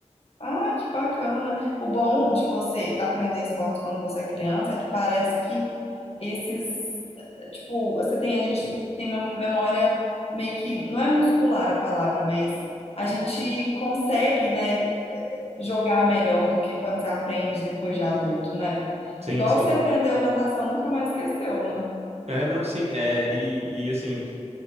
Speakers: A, on the left; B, on the right.
A: Ah, que bacana. O bom de você aprender esporte quando você é criança é que parece que esses, eh, tipo, você tem, a gente tem mem- memória meio que, não é muscular a palavra, mas a gente consegue, né, eh, jogar melhor do que quando você aprende depois de adulto, né?
B: Sim,
A: Igual
B: sim.
A: você aprendeu natação, nunca mais esqueceu, né?
B: É, não, sim, é, e, e assim,